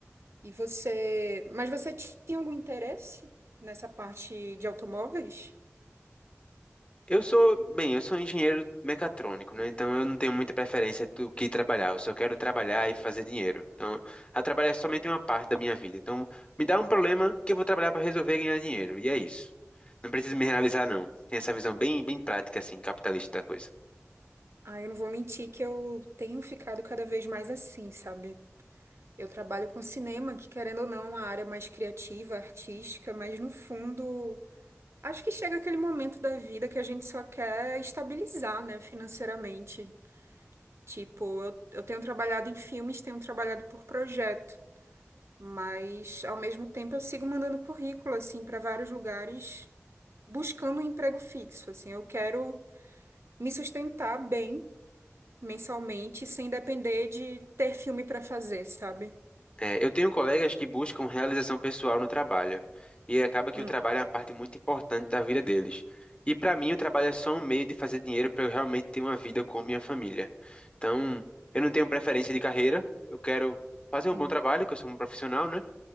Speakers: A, on the right; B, on the left.
A: E você. Mas você tinha algum interesse nessa parte de automóveis?
B: Eu sou, bem, eu sou engenheiro mecatrônico, né? Então eu não tenho muita preferência do que trabalhar. Eu só quero trabalhar e fazer dinheiro. Então, a trabalhar é somente uma parte da minha vida. Então, me dá um problema que eu vou trabalhar para resolver e ganhar dinheiro. E é isso. Não preciso me realizar, não. Tem essa visão bem, bem prática, assim, capitalista da coisa.
A: Ah, eu não vou mentir que eu tenho ficado cada vez mais assim, sabe? Eu trabalho com cinema, que querendo ou não, é uma área mais criativa, artística, mas no fundo, acho que chega aquele momento da vida que a gente só quer estabilizar, né, financeiramente. Tipo, eu, eu tenho trabalhado em filmes, tenho trabalhado por projeto. Mas, ao mesmo tempo, eu sigo mandando currículo, assim, para vários lugares, buscando um emprego fixo, assim. Eu quero me sustentar bem mensalmente, sem depender de ter filme para fazer, sabe?
B: É, eu tenho colegas que buscam realização pessoal no trabalho, e acaba que
A: Hum.
B: o trabalho é uma parte muito importante da vida deles. E para mim, o trabalho é só um meio de fazer dinheiro para eu realmente ter uma vida com minha família. Então, eu não tenho preferência de carreira, eu quero fazer um
A: Sim.
B: bom trabalho, que eu sou um profissional, né?